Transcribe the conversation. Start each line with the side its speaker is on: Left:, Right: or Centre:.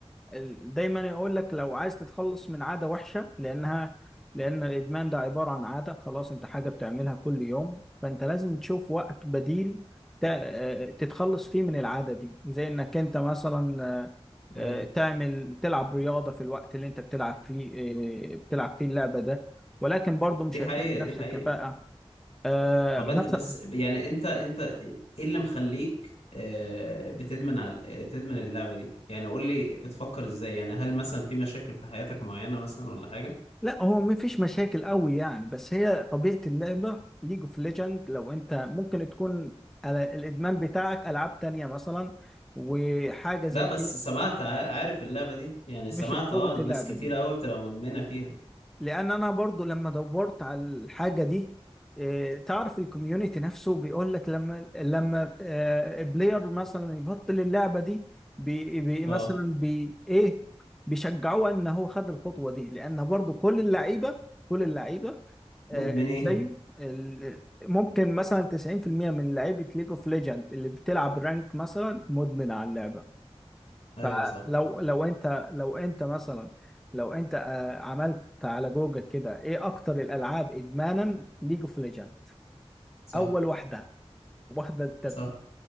Centre: ال- دايما يقول لك لو عايز تتخلص من عادة وحشة لأنها لأن الإدمان ده عبارة عن عادة خلاص أنت حاجة بتعملها كل يوم فأنت لازم تشوف وقت بديل ت- آه، تتخلص فيه من العادة دي زي إنك أنت مثلا آه، آه،
Left: ايوه
Centre: تعمل تلعب رياضة في الوقت اللي أنت بتلعب فيه آه، بتلعب فيه اللعبة ده ولكن برضه مش
Left: دي حقيقة
Centre: هيكون بنفس
Left: دي حقيقة
Centre: الكفاءة آه،
Left: طب
Centre: مثلا
Left: انت بس يعني انت انت ايه اللي مخليك آه، بتدمن على آه، بتدمن اللعبة دي يعني قول لي بتفكر ازاي يعني هل مثلا في مشاكل في حياتك معينة مثلا ولا حاجة
Centre: لا هو مفيش مشاكل قوي يعني بس هي طبيعة اللعبة ليج اوف ليجند لو انت ممكن تكون ال- الادمان بتاعك العاب تانية مثلا وحاجة زي
Left: لا بس
Centre: ايه
Left: سمعت ع- عارف اللعبة دي يعني
Centre: مش
Left: سمعت
Centre: بقوة
Left: اه ناس
Centre: اللعبة
Left: كتير
Centre: دي
Left: قوي بتبقى مدمنة فيها
Centre: لان انا برضو لما دورت على الحاجة دي إيه، تعرف الكوميونتي نفسه بيقول لك لما لما آه، بلاير مثلا يبطل اللعبة دي بي بي
Left: اه
Centre: مثلا بي ايه بيشجعوه ان هو خد الخطوة دي لان برضو كل اللعيبة كل اللعيبة
Left: مدمنين
Centre: آه، اللي زيه ال- ممكن مثلا 90% من لعيبة ليج اوف ليجند اللي بتلعب رانك مثلا مدمن على اللعبة
Left: <laughs> ايوه
Centre: فلو
Left: صح
Centre: لو انت لو انت مثلا لو انت آه، عملت على جوجل كده ايه اكتر الالعاب ادمانا ليج اوف ليجند
Left: صح
Centre: اول واحدة واخدة الترتيب
Left: صح